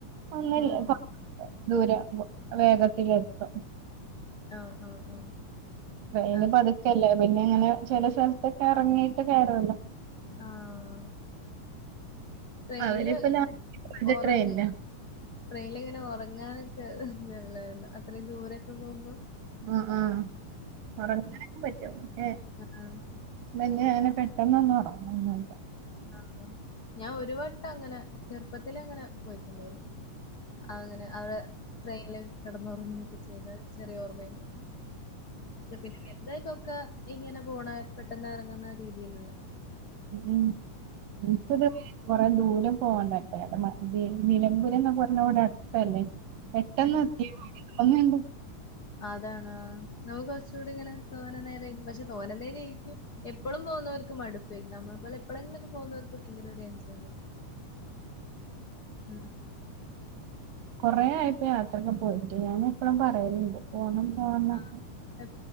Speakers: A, on the right (about 80°); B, on the left (about 75°).
A: അങ്ങല്ല
B: ആഹ്
A: ദൂര വോ വേഗത്തിലെത്തും
B: ആ ആ ആഹ്
A: ട്രെയിന്
B: ആഹ്
A: പതുക്കല്ലേ പിന്നെ അങ്ങനെ ചില സ്ഥലത്തൊക്കെ ഇറങ്ങിട്ട് കയറാല്ലോ
B: ആഹ് ട്രെയിനിൽ
A: അവരിപ്പ ലാസ്റ്റ് പോയത്
B: ഉറങ്ങ്
A: ട്രെയിനിലാ
B: ട്രെയിനിലിങ്ങനെ ഉറങ്ങാനൊക്കെ <unintelligible> ഇത്രയും ദൂരൊക്കെ പോമ്പോ
A: ആ ആഹ് ഉറങ്ങാനൊക്കെ പറ്റോ ഏഹ്
B: ആഹ്
A: മന്നെ അങ്ങനെ പെട്ടെന്നൊന്നും ഉറങ്ങുന്നുല്ല.
B: ആഹ് ഞാൻ ഒരു വട്ടം അങ്ങനെ ചെറുപ്പത്തിലങ്ങനെ പോയിട്ടിണ്ടായിരുന്നു. അങ്ങനെ അവ്ടെ ട്രെയിനില് കിടന്നുറങ്ങിക്കേ ചെയ്താൽ ചെറിയ ഓർമ്മയിണ്ട്. പക്ഷെ പിന്നെ എന്തായി തൊ ക്കെ ഇങ്ങനെ പോണ പെട്ടെന്ന് ഇറങ്ങുന്ന രീതിയില്ള്ള
A: ഉം <unintelligible> അ ദൂരം പോവണ്ടപ്പടെ നി നിലമ്പൂരം എന്ന പറഞ്ഞവിടെ അട്ത്തല്ലേ പെട്ടെന്ന് എത്തിയ <unintelligible>
B: അതാണ അ നമക്ക് ചൂട് ഇങ്ങനെ തോന നേര ഇർപക്ഷെ തോനെ നേരം ഇരിക്കും എപ്പോഴും പോകുന്നവർക്ക് മടുപ്പായ്ർക്കും നമ്മൾ എപ്പളെലെങ്കിലുംഒക്കെ പോന്നൊർക്ക് ഭയങ്കര ഒരു എൻജോ <unintelligible> ഉം
A: കൊറ ആയപ്പോ യാത്രൊക്കെ പോയിട്ട് ഞാൻ എപ്പോഴും പറയല്ണ്ട് പോണം പോണം എന്നൊക്കെ
B: ആ ഉം